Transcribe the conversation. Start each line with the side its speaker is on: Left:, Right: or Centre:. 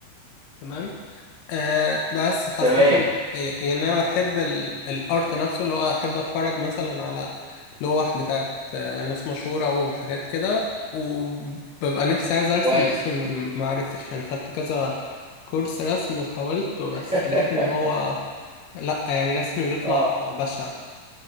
Left: تمام آه بس حسيت
Centre: تمام
Left: إن- إيه، يعني انا بحب ال- الارت نفسه اللي هو احب اتفرج مثلا على لوح بتاعت آه، ناس مشهورة وحاجات كده وببقى نفسي عايز ارسم
Centre: كويس
Left: بس م- ما عرفتش يعني خدت كذا كورس رسم وحاولت بس
Centre: <laughs>
Left: لقيت ان هو لا يعني رسمي بيطلع
Centre: اه
Left: بشع